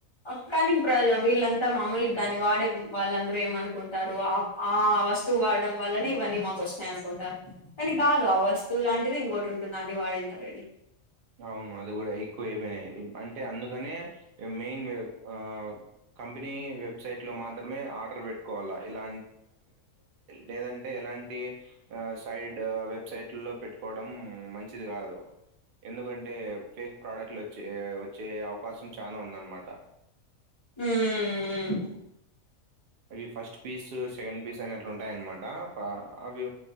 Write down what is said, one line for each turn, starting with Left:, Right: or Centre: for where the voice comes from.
Left: ఓ కానీ ప్రజం వీళ్ళంతా మామూలుగా దాన్ని వాడే వాళ్ళందరూ ఏమనుకుంటారు ఆ ఆ వస్తువు వాడడం వల్లనే ఇవన్నీ మాకు వచ్చినయి అనుకుంటారు కాని కాదు ఆ వస్తువు లాంటిది ఇంకోటి ఉంటుంది అది వాడి ఉంటరు వీళ్ళు
Right: అవును అది గూడా ఎక్కువ అయిపోయినయ్ అంటే అందుకనే ఏ మెయిన్ ఆ కంపెనీ వెబ్సైట్ లో మాత్రం మాత్రమే ఆర్డర్ పెట్టుకోవాలా ఇలా లేదంటే ఎలాంటి ఆ సైడ్ వెబ్సైట్లలో పెట్టుకోవడం మంచిది గాదు ఎందుకంటే ఫేక్ ప్రొడక్ట్స్ వచ్చే వచ్చే అవకాశం చానా ఉంది అన్నమాట
Left: ఉమ్
Right: అవి ఫస్ట్ పీసు సెకండ్ పీసు అనే అట్లుంటాయి అన్నమాట అవి